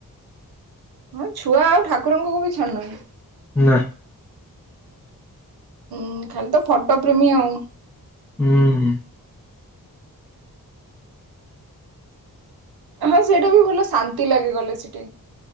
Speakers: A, on the right; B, in the centre.
A: ହଁ ଛୁଆ ଆଉ ଠାକୁରଙ୍କ ଙ୍କୁ ବି ଛାଡୁନାନ୍ତି।
B: ନା।
A: ଉୁଁ ଖାଲି ତ ଫଟ ପ୍ରେମି ଆଁଉ।
B: ଉଁ ହୁଁ।
A: ହଁ ସେଇଟା ବି ଭଲ ଶାନ୍ତି ଲାଗେ ଗଲେ ସେଠେଇ।